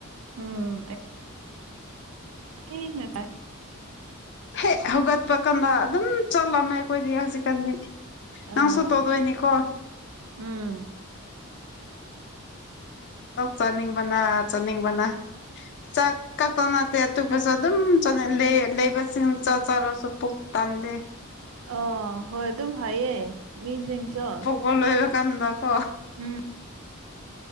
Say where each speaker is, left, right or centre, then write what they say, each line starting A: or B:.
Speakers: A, on the right; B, on the left.
A: ꯎꯝ ꯑꯩꯅ ꯇ
B: ꯍꯦꯛ ꯍꯧꯒꯠꯄ ꯀꯥꯟꯗ ꯑꯗꯨꯝ ꯆꯠꯂꯝꯃꯦ ꯑꯩꯈꯣꯏꯗꯤ ꯍꯧꯖꯤꯛꯀꯥꯟꯗꯤ
A: ꯑ
B: ꯅꯪꯁꯨ ꯇꯧꯗꯣꯏꯅꯤꯀꯣ
A: ꯎꯝ
B: ꯆꯅꯤꯡꯕꯅꯥ ꯆꯅꯤꯡꯕꯅꯥ ꯆꯥꯛ ꯀꯛꯇ ꯅꯠꯇꯦ ꯑꯇꯣꯞꯄꯁꯨ ꯑꯗꯨꯝ ꯂꯩꯕꯁꯤꯡ ꯆ ꯆꯔꯁꯨ ꯄꯨꯛ ꯇꯥꯟꯗꯦ
A: ꯑꯣ ꯍꯣꯏ ꯑꯗꯨꯝ ꯍꯥꯏꯌꯦ ꯃꯤꯁꯤꯡꯁꯨ
B: ꯀꯣꯂꯣꯏꯕ ꯀꯥꯟꯗꯀꯣ
A: ꯎꯝ